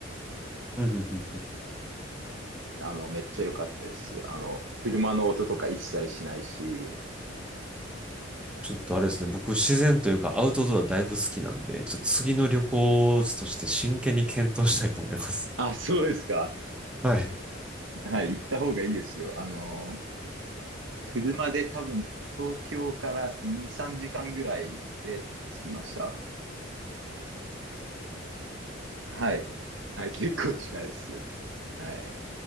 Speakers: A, in the centre; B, on the right.
A: うんうんうん
B: あの、めっちゃ良かったです。あの、車の音とか一切しないし。
A: ちょっとあれですね、僕自然というかアウトドアだいぶ好きなんで、ちょっと次の旅行地として真剣に検討したいと思います。
B: あ、そうですか。
A: はい。
B: はい、行った方がいいですよ。あの、車で多分、東京から2、3時間ぐらいで着きました。はい。はい、結構近いです。はい。